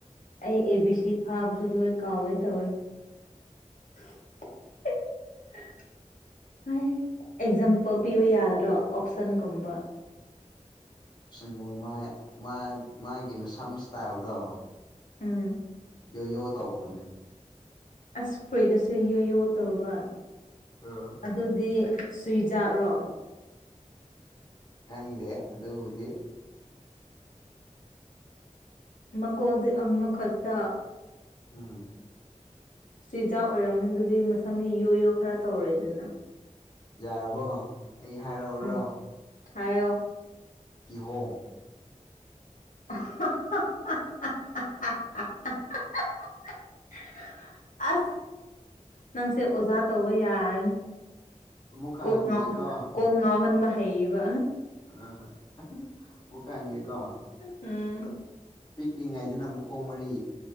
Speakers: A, on the left; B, on the left.
A: ꯑꯩ ꯑꯦ ꯕꯤ ꯁꯤ ꯐꯥꯕꯁꯨ ꯂꯣꯏ ꯀꯥꯎꯒꯦ ꯇꯧꯋꯦ <unintelligible> ꯑꯦꯛꯖꯥꯝꯄꯜ ꯄꯤꯕ ꯌꯥꯒꯗ꯭ꯔꯣ ꯑꯣꯞꯁꯟꯒꯨꯝꯕ
B: ꯁꯤꯡꯃꯥꯏ ꯃꯥ ꯃꯥꯒꯤ ꯃꯁꯝ ꯏꯁꯇꯥꯏꯜꯗꯣ
A: ꯎꯝ
B: ꯌꯣ ꯌꯣ ꯇꯥꯎꯕꯅꯦ
A: ꯑꯁ ꯐꯔꯨꯢꯠꯇꯁꯨ ꯌꯣ ꯌꯣ ꯇꯧꯕ
B: ꯑꯥꯝ
A: ꯑꯗꯨꯗꯤ ꯁꯨꯏꯖꯠꯔꯣ
B: ꯈꯪꯗꯦ ꯑꯗꯨꯕꯨꯗꯤ
A: ꯃꯥꯀꯣꯛꯗꯤ ꯑꯃꯥ ꯈꯥꯛꯇ
B: ꯎꯝ
A: ꯖꯨꯏꯖꯥꯛ ꯑꯣꯏꯔꯝꯅꯤ ꯑꯗꯨꯗꯤ ꯃꯁꯝꯗꯤ ꯌꯣ ꯌꯣ ꯈꯔ ꯇꯧꯔꯦꯗꯅ
B: ꯌꯥꯔꯕꯣ ꯑꯩ ꯍꯥꯏꯔꯛꯑꯣꯔꯣ
A: ꯎꯝ ꯍꯥꯏꯌꯣ
B: ꯀꯤꯍꯣꯝ
A: <unintelligible> ꯑꯁ ꯅꯪꯁꯦ ꯑꯣꯖꯥ ꯇꯧꯕ ꯌꯥꯔꯅꯤ
B: ꯑꯃꯨꯛꯀ
A: ꯀꯣꯛ
B: ꯍꯪꯒꯦꯀꯣ
A: ꯉꯥꯎ ꯀꯣꯛ ꯉꯥꯎꯍꯟꯕ ꯍꯩꯌꯦꯕꯥ
B: ꯑꯥ ꯑꯥꯃꯨꯀꯥ ꯍꯪꯒꯦꯀꯣ
A: ꯎꯝ
B: ꯄꯤꯛꯂꯤꯉꯥꯏꯗꯅ ꯃꯈꯣꯡ ꯃꯔꯤ